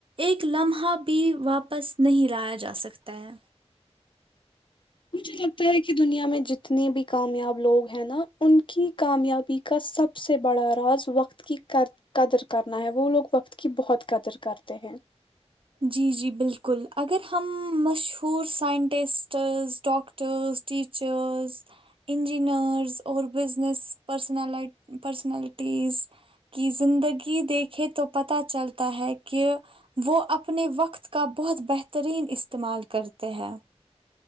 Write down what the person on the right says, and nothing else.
ایک لمحہ بھی واپس نہیں لایا جا سکتا ہے
جی جی بالکل اگر ہم مشہور سائنٹسٹس ڈاکٹرس ٹیچرس انجینئرز اور بزنس پرسن پرسنالٹیز کی زندگی دیکھے تو پتہ چلتا ہے کہ وہ اپ اپنے وقت کا بہت بہترین استعمال کرتے ہیں